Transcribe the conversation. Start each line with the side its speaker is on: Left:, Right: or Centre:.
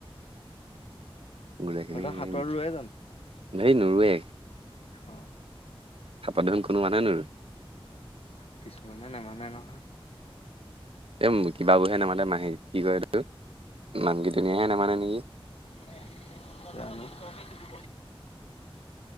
Left: <inaudible>
Right: গুৰা
Left: তহঁতৰ
Right: খিনি <inaudible>
Left: হাতৰ ৰোৱে
Right: নেই নোৰোৱে।
Left: অহ
Right: চাপাত দেখোন কোনো মানুহ নোৰুই।
Left: কিছুমানে নেমানে নহয়।
Right: এই কিবাবোৰহে নামাতে মাহীক কি কয় এইটো মাক কেইজনিয়েহে নামানে নেকি?
Left: <unintelligible>